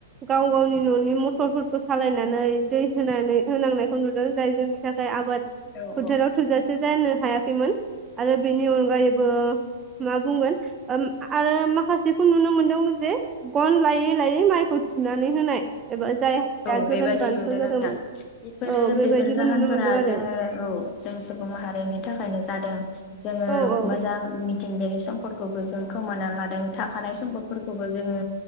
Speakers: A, on the right; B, on the left.
A: गाव गावनि न'नि मथरफोरखौ सालायनानै दै होनानै होनांनायखौ नुदों जाय जोंनि थाखाय आबाद
B: औ
A: फोथाराव
B: औ
A: थोजासे जानो हायाखैमोन आरो बेनि अनगायैबो मा बुंगोन ओ आरो माखासेखौ नुनो मोनदों जे गन लायै लायै माइखौ थुनानै होनाय एबा जाय हाया
B: औ बेबादि
A: गोदान रानसाव
B: नुदों
A: जादोंमोन।
B: नोंथां बेफोरो
A: औ बेबायदिबो
B: बेफोर जाहोनफोरा
A: नुनो मोनदों आरो
B: जोङो औ जों सुबुं माहारिनि थाखायनो जादों। दों जोङो
A: औ औ
B: मोजां मिथ मिथिंगायारि सम्दखौबो जों खोमानानै लादों थाखानाय सम्पदफोरखौबो जोङो